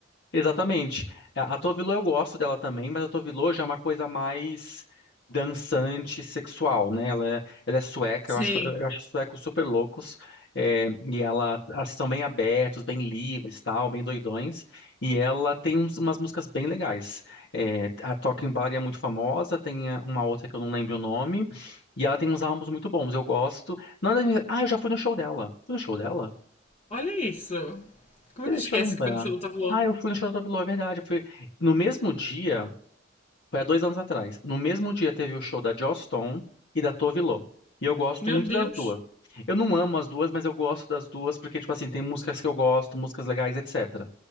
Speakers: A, on the left; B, on the left.
A: Exatamente. A a Tovilo eu gosto dela também, mas a Tovilo já é uma coisa mais dançante, sexual, né? Ela é, ela é sueca,
B: Sim.
A: eu acho, eu acho os suecos super loucos, é, e ela, elas são bem abertos, bem livres, tal, bem doidões, e ela tem uns- umas músicas bem legais. É, a Talking Bar é muito famosa, tem a- uma outra que eu não lembro o nome, e ela tem uns álbuns muito bons, eu gosto. Não, é da minha- ah, eu já fui no show dela. Fui no show dela?
B: Olha isso. Como
A: Peraí,
B: é que esquece
A: Deixa eu lembrar.
B: que foi no show do Tavlô?
A: Ah, eu fui no show da Tove Lo, é verdade. eu Fui... No mesmo dia, foi há dois anos atrás, no mesmo dia teve o show da Joss Stone e da Tove Lo. E eu gosto
B: Meu
A: muito
B: Deus.
A: das duas. Eu não amo as duas, mas eu gosto das duas porque, tipo assim, tem músicas que eu gosto, músicas legais, etc.